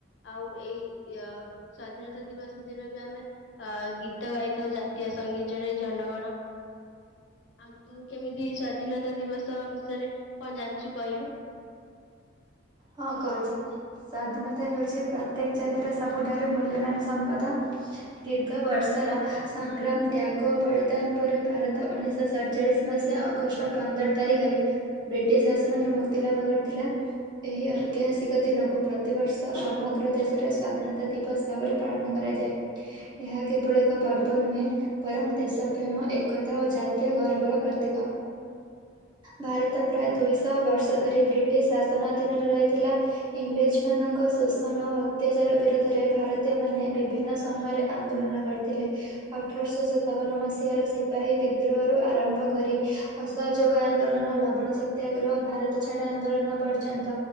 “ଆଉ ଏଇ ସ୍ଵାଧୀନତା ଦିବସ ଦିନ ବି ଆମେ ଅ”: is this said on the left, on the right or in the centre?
Left